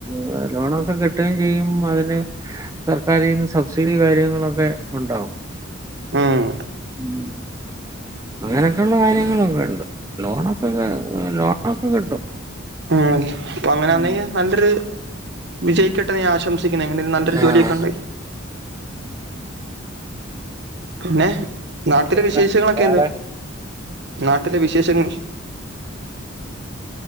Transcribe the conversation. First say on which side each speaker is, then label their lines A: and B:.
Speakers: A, on the right; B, on the right.
A: ലോ ലോണൊക്കെ കിട്ടുകയും ചെയ്യും അയിന് സർക്കാരീന്ന് സബ്സിഡി കാര്യങ്ങളൊക്കെ ഇണ്ടാവും
B: ഉം
A: മ്മ് അങ്ങനക്കെള്ള കാര്യങ്ങളൊക്കെ ണ്ട് ലോണൊക്കെ ലോണൊക്കെ കിട്ടും
B: ഉം അങ്ങനാന്നെങ്കി
A: ഉം
B: നല്ലൊരു വിജയിക്കട്ടെന്ന്‌ ഞാ ആശംസിക്കുന് എങ്ങെ നെ നല്ലൊരു
A: ആഹ്
B: ജോലിയൊക്കെണ്ടെങ്കി ന്നെ നാട്ടില്
A: പിന്നെ
B: വിശേഷങ്ങളൊക്കെ
A: വേറെ
B: എന്ത് നാട്ടിലെ വിശേഷങ്ങൾ